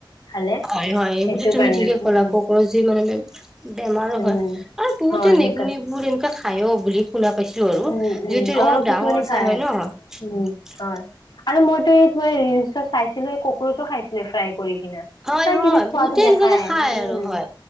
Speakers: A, on the left; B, in the centre.
A: খালে
B: হয় হয় এইবুলি
A: সেইটো
B: তুমি
A: কাৰণে
B: ঠিকে
A: উম
B: ক'লা কক্ৰোজে যি মানে বেমাৰো
A: উম
B: হয়। আৰু বহুতে
A: হয়
B: নেগনিবোৰ
A: সেইকাৰণে
B: এনেকে খাই অ বুলি শুনা পাইছো আৰু
A: উম
B: যিহটো
A: উম অ
B: অলপ
A: কিছুমানে
B: ডাঙৰ চাই
A: খায়
B: হয় ন।
A: উম হয়। আৰু মইতো এই ত ৰিলচত চাইছিলো এই কক্ৰোচো খাইছিলে ফ্ৰাইড কৰি কিনা
B: হয়
A: তাই
B: হয়
A: কিবি খোৱাাতো
B: বহুতে এনেকুৱাকে
A: দেখায়।
B: খাই
A: উম
B: আৰু হয়